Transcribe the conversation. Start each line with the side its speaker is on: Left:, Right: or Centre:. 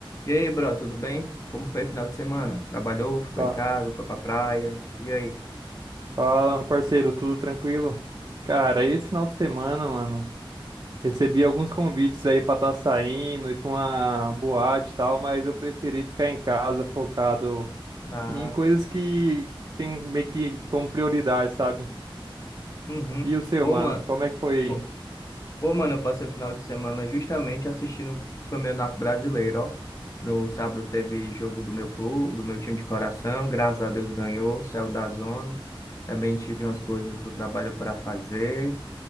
Left: E aí, bro, tudo bem? Como foi o final de semana? Trabalhou, ficou
Right: Fa-
Left: em casa, foi pra praia? E aí?
Right: Fala, meu parceiro, tudo tranquilo? Cara, esse final de semana, mano, recebi alguns convites aí pra estar saindo, ir pra uma boate e tal, mas eu preferi ficar em casa focado
Left: Na...
Right: em coisas que tem meio que como prioridade, sabe?
Left: Uhum.
Right: E o seu,
Left: Pô,
Right: mano,
Left: mano,
Right: como é que foi aí?
Left: pô, pô, mano, eu passei o final de semana justamente assistindo o Campeonato Brasileiro, ó. No sábado teve jogo do meu clube, do meu time de coração, graças a Deus ganhou, saiu da zona. Também tive umas coisas do trabalho para fazer.